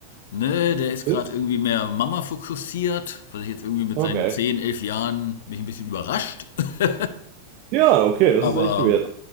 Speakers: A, on the left; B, on the right.
A: ne, der ist
B: Twist.
A: gerade irgendwie mehr Mama fokussiert, weil ich jetzt irgendwie mit
B: Okay.
A: seinen 10 11 Jahren mich ein bisschen überrascht. <laughs>
B: Ja, okay, das
A: Aber,
B: ist echt weird.